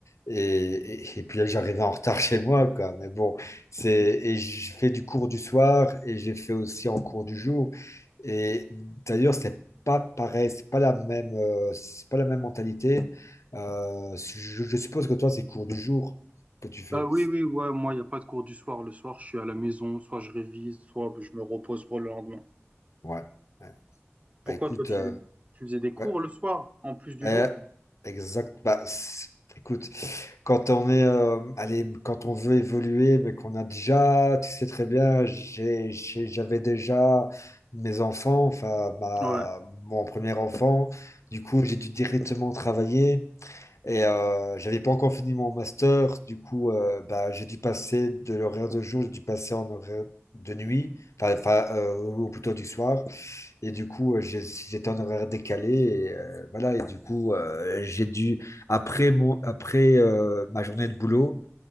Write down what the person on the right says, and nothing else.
Mm.
Euh, oui, oui, ouais, moi, il n'y a pas de cours du soir. Le soir, je suis à la maison, soit je révise, soit je me repose pour le lendemain.
Pourquoi
toi tu,
tu faisais des cours
le soir en plus du
jour?
Ouais.